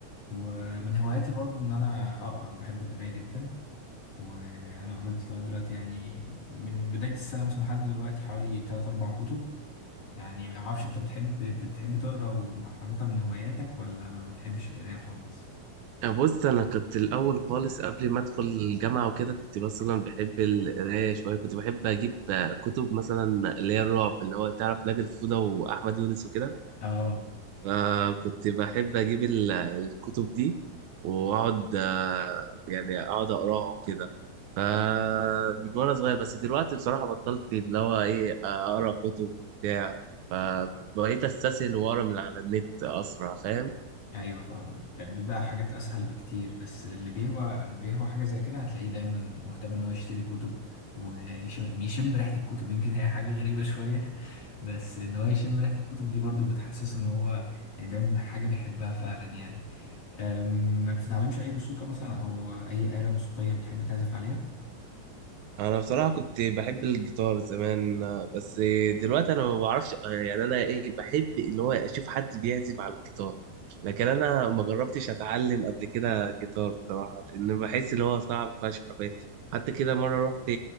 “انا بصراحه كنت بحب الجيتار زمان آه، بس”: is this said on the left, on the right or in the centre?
Right